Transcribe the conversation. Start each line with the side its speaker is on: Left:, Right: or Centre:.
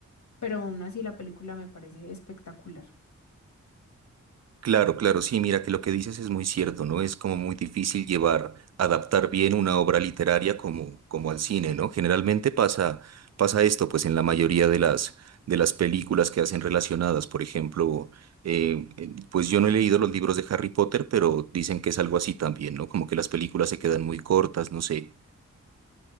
Left: pero aún así la película me parece espectacular.
Right: Claro, claro, sí, mira que lo que dices es muy cierto, ¿no? Es como muy difícil llevar, adaptar bien una obra literaria como, como al cine, ¿no? Generalmente pasa, pasa esto, pues en la mayoría de las, de las películas que hacen relacionadas, por ejemplo, eh, eh, pues yo no he leído los libros de Harry Potter, pero dicen que es algo así también, ¿no? Como que las películas se quedan muy cortas, no sé.